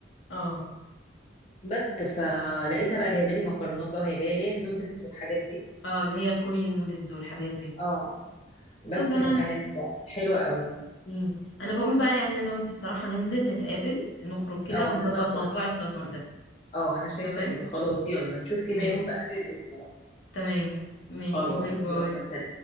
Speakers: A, on the left; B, on the left.
A: اه
B: بس فلقيتها بقى جايبة لي مكرونات بقى وهي جاية ليا النودلز والحاجات دي
A: اه اللي هي الكوريين نودلز والحاجات دي
B: اه بس
A: طب انا
B: فكانت حلوة قوي
A: امم انا بقول بقى يعني انا وانتي بصراحة ننزل نتقابل نخرج كده
B: اه
A: ونظبط
B: نظبط
A: موضوع السفر ده
B: اه أنا شايفة
A: تمام
B: كده خلاص يلا نشوف كده
A: ماشي
B: يوم في آخر الأسبوع
A: تمام ماشي
B: خلاص
A: باي باي
B: يلا سلام